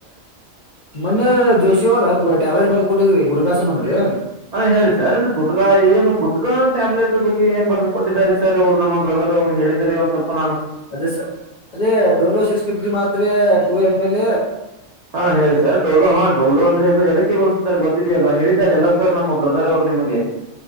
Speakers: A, on the left; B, on the right.
A: ಮನ್ನೆ ಜೋಶ ಅವರ ಗ ಟ್ಯಾಬ್ಲೆಟ್ ಬರ್ ಕೊಟ್ಟಿದ್ರಿ ಗುಡಗಾಸಸಂದ್ರೀ
B: ಹಾ ಹೇಳಿ ಸರ್ ಗುಟ್ಗಾ ಏನು ಗುಟ್ಕಾ ಟ್ಯಾಬ್ಲೆಟ್ ಬಗ್ಗೆ ಏನ್ ಬರ ಕೊಟ್ಟಿದ್ದಾರೆ ಸರ್ ಅವ್ರು ನಮ್ಮ ಬ್ರದರ್ ಅವರು ಹೇಳಿದಿದ್ದಾರೆ ಒಂದ್ ಸ್ವಲ್ಪ ನು
A: ಅದೇ ಅದೇ ಡೋಲೋ ಸಿಕ್ಸ್ ಫಿಫ್ಟಿ ಮಾತ್ ಟೂ ಎಮ್ ಎಲ್
B: ಹಾ ಹೇಳಿ ಸರ್ ಡೋಲೋ ಹಾ ಡೋಲೋ ಅಂದ್ರೆದು ಅದಕ್ಕೆ ಬೋಸುತ್ತತಾರೆ ಗೊತ್ತಿದ್ಯಲ್ಲ್ಲ ಹೇಳಿದಿದ್ದಾರೆ ಎಲ್ಲಾ ಸರ್ ನಮ್ಮ ಬ್ರದರ್ ಅವರು ನಿಮಗೆ